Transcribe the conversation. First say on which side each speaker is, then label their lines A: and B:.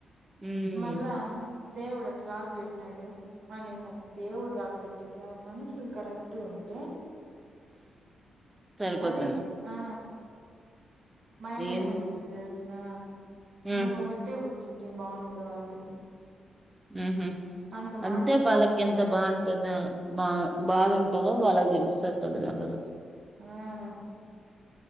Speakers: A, on the right; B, on the right.
A: ఉమ్
B: మళ్ళా దేవుడు అట్టా రాసి పెట్టినాడు అనేస దేవుడు రాసి పెట్టేది కాదు మనుషులు కరెక్ట్గా ఉంట టే
A: సరిపోతుంది
B: అది ఆ మాయమ్మ
A: ఏం
B: ఏముంటుంది
A: చేస్త
B: తెలసున
A: ఉమ్
B: నువ్వు ఒకటే పుట్టి అంటే బాగుండు అంటుంది
A: హ్మ్మ్
B: అంత
A: అంతే
B: మాట తెప్పించుకున్నాడు
A: పలకి ఎంత బాగుంటదో బా బాధ ఉంటందో వాళ్లకి తెలుస్తది తల్లిదండ్రులకి
B: హ్మ్మ్